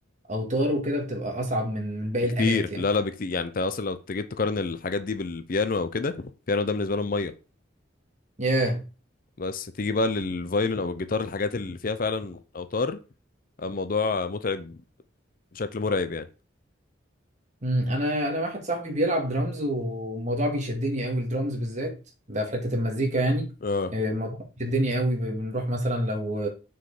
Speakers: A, on the right (about 40°); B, on the left (about 45°).
A: اوتار وكده بتبقى اصعب من من باقي
B: بكتير
A: الالات يعني
B: لا لا بكتير يعني انت اصلا لو جيت تقارن الحاجات دي بالبيانو او كده البيانو ده بالنسبه لهم ميه
A: ياه yeah.
B: بس تيجي بقى للفايلن او الجيتار الحاجات اللي فيها فعلا اوتار الموضوع متعب بشكل مرعب يعني
A: انا انا واحد صاحبي بيلعب درامز والموضوع بيشدني قوي الدرامز بالذات ده في حته المزيكا يعني
B: اه
A: آه، الموضوع بيشدني قوي ب- بنروح مثلا لو